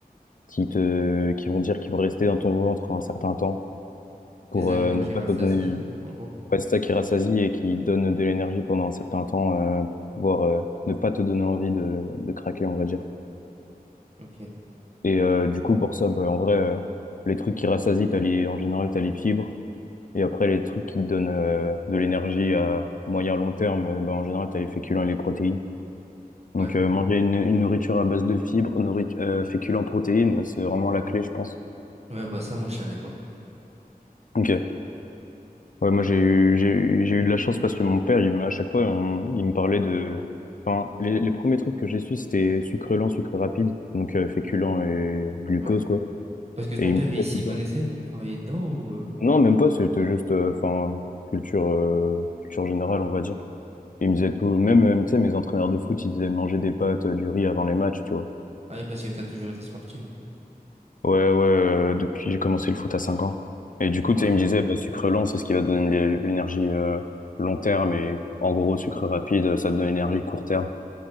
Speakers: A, on the left; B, on the right.
A: qui te qui vont dire qu'ils vont rester dans ton ventre un certain temps pour
B: des aliments
A: euh, ne
B: qui
A: pas
B: rassasient,
A: te donner
B: en gros?
A: ouais, c'est ça qui rassasie et qui donne de l'énergie pendant un certain temps euh, pour pouvoir euh, ne pas te donner envie de de craquer, on va dire.
B: Ok.
A: Et euh, du coup pour ça, bah, en vrai euh, les trucs qui rassasient, t'as les en général t'as les fibres Et après, les trucs qui te donnent euh, de l'énergie à moyen long terme, euh, bah, en général, t'as les féculents et les protéines. Donc,
B: Ouais.
A: euh, manger une, une nourriture à base de fibres, nourrit euh, féculents, protéines, c'est vraiment la clé, je pense.
B: Ouais, bah ça, moi, je savais pas.
A: Ok. Ouais, moi,
B: Mais
A: j'ai eu,
B: ouais.
A: j'ai eu, j'ai eu de la chance parce que mon père, il, me- à chaque fois, on- il me parlait de... Enfin, les, les premiers trucs que j'ai su, c'était sucre lent, sucre rapide, donc euh, féculents et glucose,
B: Ouais.
A: quoi.
B: Parce que ton
A: Et il
B: père,
A: me disait
B: il s'y
A: tout le
B: connaissait?
A: temps-
B: Il travaillait dedans ou... euh,
A: Non, même pas, c'était juste, euh, enfin, culture, euh, culture générale, on va dire. Ils me disaient tout, même, euh, tu sais, mes entraîneurs de foot, ils disaient manger des pâtes, euh, du riz avant les matchs, tu vois.
B: Ah, oui, parce que t'as toujours été sportif.
A: Ouais, ouais, euh, depuis j'ai commencé le foot à 5 ans. Et du coup,
B: Ouais.
A: tu sais, ils me disaient, bah, sucre lent, c'est ce qui va te donner l'é- l'énergie euh, long terme. Et en gros, sucre rapide, euh, ça te donne l'énergie court terme.